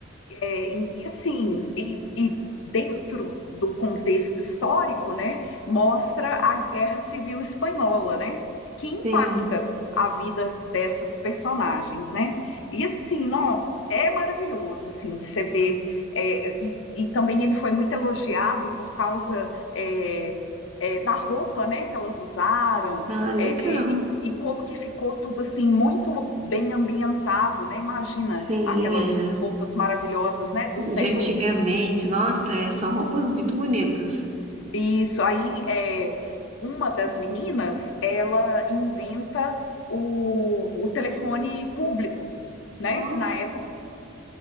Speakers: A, on the left (about 70°); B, on the right (about 35°).
A: É, e assim, e, e dentro do contexto histórico, né, mostra a Guerra Civil Espanhola, né, que impacta
B: Sim.
A: a vida dessas personagens, né? E assim, ó, é maravilhoso, assim, você vê, é, e, e, também ele foi muito elogiado por causa é, é, da roupa, né, que elas usaram,
B: Ah, legal.
A: é, e, e como que ficou tudo, assim, muito bem ambientado, né? Imagina,
B: Sim,
A: aquelas
B: é.
A: roupas maravilhosas, né, do século
B: de antigamente.
A: XX.
B: Nossa, é, são roupas muito bonitas.
A: Isso, aí é, uma das meninas, ela inventa o, o telefone público, né,
B: Ó,
A: que na época